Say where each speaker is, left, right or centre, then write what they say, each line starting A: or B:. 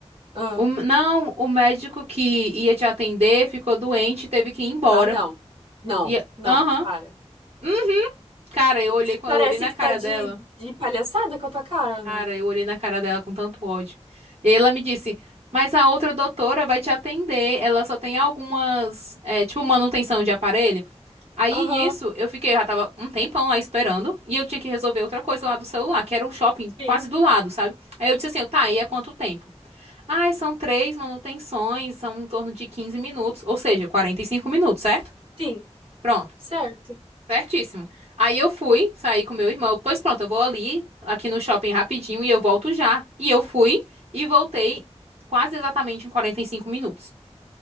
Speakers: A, on the right; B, on the right.
A: Ah,
B: O- não, o médico que ia te atender ficou doente, e teve que ir embora.
A: ah, não. Não,
B: E,
A: não,
B: aham.
A: para.
B: Hum, Cara, eu olhei, com-
A: Parece
B: eu olhei na
A: que
B: cara
A: tá de,
B: dela.
A: de palhaçada com a tua cara,
B: Cara,
A: né?
B: eu olhei na cara dela com tanto ódio. E aí ela me disse, mas a outra doutora vai te atender. Ela só tem algumas, é, tipo, manutenção de aparelho. Aí
A: Aham,
B: nisso, eu fiquei, eu já tava um tempão lá esperando, e eu tinha que resolver outra coisa lá do celular, que era um shopping
A: sim,
B: quase do lado, sabe? Aí eu disse assim, tá, e é quanto tempo? Ai, são três manutenções, são em torno de 15 minutos, ou seja, 45 minutos, certo?
A: sim,
B: Pronto,
A: certo.
B: certíssimo. Aí eu fui, saí com meu irmão, pois pronto, eu vou ali, aqui no shopping rapidinho, e eu volto já. E eu fui, e voltei quase exatamente em 45 minutos.